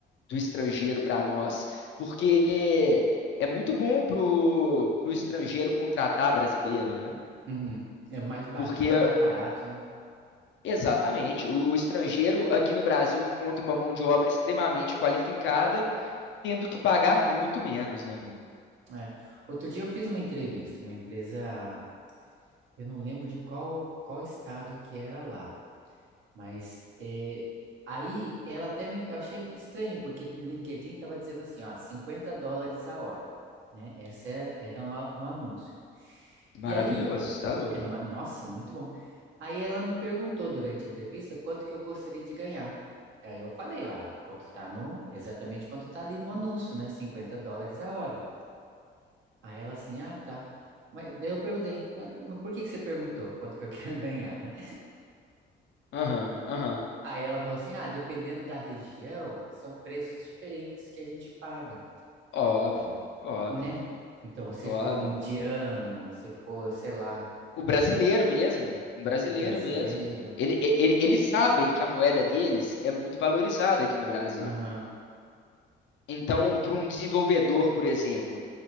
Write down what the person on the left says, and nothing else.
do estrangeiro para nós, porque é muito bom pro pro estrangeiro contratar brasileiro, né?
Porque
exatamente, o estrangeiro aqui no Brasil encontra uma mão de obra extremamente qualificada, tendo que pagar muito menos, né?
Maravilhoso,
você tá louco.
Aham, aham.
Óbvio, óbvio,
óbvio.
O brasileiro
mesmo, um brasileiro
mesmo. Ele, ele- eles sabem que a moeda deles é muito valorizada aqui no Brasil.
Então,
para um desenvolvedor, por exemplo,